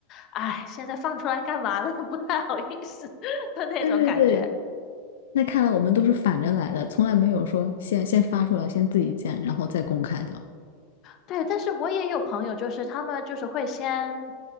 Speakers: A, on the left; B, on the left.
A: 哎，现在放出来干嘛呢？<laughs> 不太好意思的那种感觉。
B: 对对对，那看来我们都是反着来的，从来没有说先先发出来，先自己见，然后再公开的。
A: 对，但是我也有朋友，就是他们就是会先